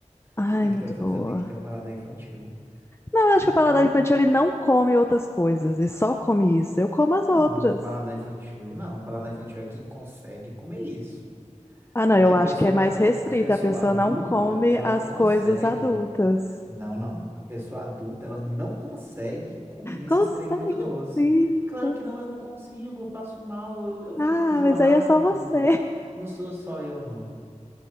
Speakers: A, on the left (about 20°); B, on the right (about 20°).
A: Ai,
B: você tem que
A: muito
B: ter outra,
A: boa.
B: você tem que ter o paladar infantil.
A: Não, eu
B: Nó-
A: acho que o paladar infantil ele não come outras coisas, ele só come isso. Eu como as
B: Não,
A: outras.
B: paladar infantil, não, paladar infantil é quem consegue comer isso.
A: Ah, não,
B: Porque
A: eu
B: a
A: acho
B: pessoa,
A: que é mais restrita,
B: a pessoa
A: a pessoa
B: adulta,
A: não come
B: ela
A: as
B: não consegue.
A: coisas adultas.
B: Não, não. A pessoa adulta, ela não consegue comer esses
A: Consegue
B: trem muito doce.
A: sim.
B: Claro
A: cons-
B: que não, eu não consigo, eu passo mal, eu, eu fico
A: Ah,
B: enjoado.
A: mas aí é só você.
B: Não sou só eu, não.